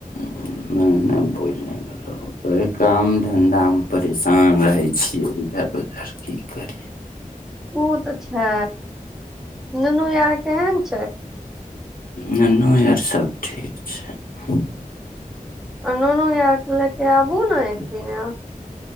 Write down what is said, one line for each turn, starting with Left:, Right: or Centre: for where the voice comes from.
Left: नहि नहि भूइल नहि गेलहुँ वहि काम धन्धामे परेशान रहय छियैक इधर उधर की करियै
Centre: ओ तऽ अच्छा नुनू आर केहन छैक
Left: ननू आर सब ठीक छैक
Centre: नुनु आरकेँ लेते आबू न जेना <unintelligible>